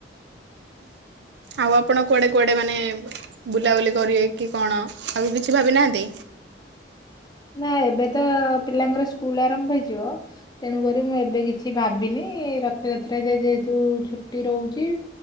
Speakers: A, on the right (about 75°); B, on the left (about 20°).
A: ଆଉ ଆପଣ କୁଆଡ଼େ କୁଆଡ଼େ ମାନେ ବୁଲାବୁଲି କରିବେ କି କଣ? ଆଉ କିଛି ଭାବିନାହାନ୍ତି?
B: ନା ଏବେ ତ ପିଲାଙ୍କର ସ୍କୁଲ ଆରମ୍ଭ ହେଇଯିବ। ତେଣୁକରି ମୁଁ ଏବେ କିଛି ଭାବିନି ରଥଯାତ୍ରା ରେ ଯେ ଯେହେତୁ ଛୁଟି ରହୁଛି।